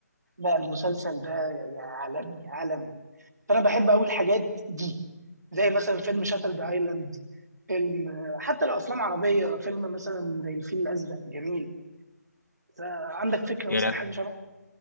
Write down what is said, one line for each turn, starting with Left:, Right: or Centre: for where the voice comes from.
Right: لا المسلسل ده يا عالمي عالمي فانا بحب قوي الحاجات دي زي مثلا فيلم شاترد ايلاند فيلم حتى لو افلام عربيه فيلم مثلا زي الفيل الازرق جميل ف- عندك
Left: <laughs>
Right: فكره
Left: هي
Right: مثلا
Left: الأف...
Right: حاجه شبه